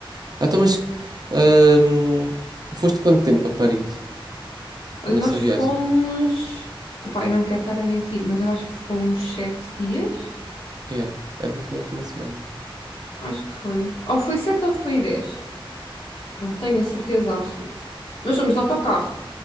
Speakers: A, on the right (about 45°); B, on the left (about 85°).
A: Ah, então, mas ahm, foste quanto tempo a Paris
B: Olha,
A: nessa
B: nós
A: viagem?
B: fomos. Epá, eu não quero estar a mentir, mas eu acho que fomos sete dias.
A: Yeah. A mim também foi uma semana.
B: Acho que foi. Ou foi sete ou foi dez. Não tenho a certeza absoluta. Mas fomos de autocarro.